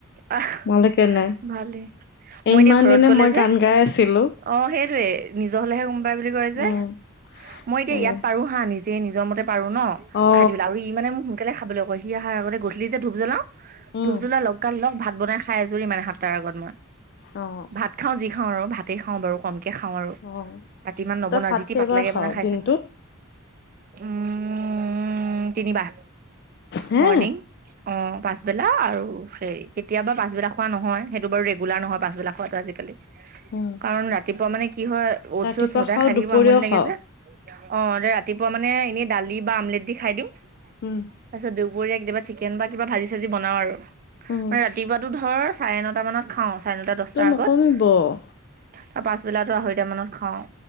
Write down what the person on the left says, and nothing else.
নহ'লে কেনে
ইমান
দিনে
মই
গান গাই আছিলো
উম
সেয়া
অ
উম
অহ।
অ
তই ভাত
কেইবাৰ
খাৱ
দিনটোত
হে
উম।
ৰাতিপুৱা
খাওঁ
দুপৰীয়াও
খাওঁ
উম।
উম
তোৰ নকমিব